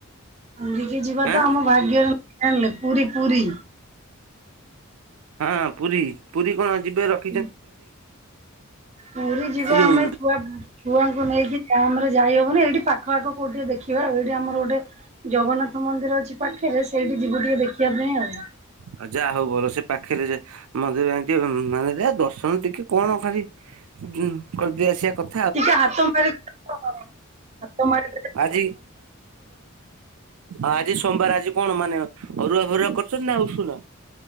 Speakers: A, on the right; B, on the right.
A: ପୁରୀ କି ଯିବା
B: ଆଁ
A: ତ ଆମ ଭାଗ୍ୟରେ <inaudible> ଜାଣିଲେ ପୁରୀ ପୁରୀ।
B: ହଁ, ପୁରୀ ପୁରୀ କଣ ଯିବେ? ର
A: ଉ ପୁରୀ ଯିବ
B: ଏ ଯୋଉ
A: ଆମେ ଛୁଆ ଛଆଙ୍କୁ ନେଇକି ଜାମ୍ ରେ ଯାଇହବନି। ଏଇଠି ପାଖ ପାଖ କୋଉଠି ଟିକେ ଦେଖିବା ଆଉ। ଏଇଠି ଆମର ଗୋଟେ ଜଗନ୍ନାଥ ମନ୍ଦିର ଅଛି ପାଖରେ, ସେଇଠି ଯିବୁ ଟିକେ ଦେଖିବା ପାଇଁ ଆଉ।
B: ଆଉ, ଯାହା ହଉ ଭଲ। ସେ ପାଖିରେ ଯେ ମନ୍ଦିର ଆଙ୍କେ ମାନେ ଯା ଦର୍ଶନ ଟିକେ କଣ ଖାଲି ଯୁଁ କରଦେଇ ଆସିବା କଥ
A: ଟିକେ ହାତ ମାର <inaudible> ହାତ ମାରି
B: ଆଜି! ଆଜି ସୋମବାର, ଆଜି କଣ ମାନେ? ଅରୁଆ ଫରୁଆ କରିଛନ୍ତି ନା ଉଶୁନା?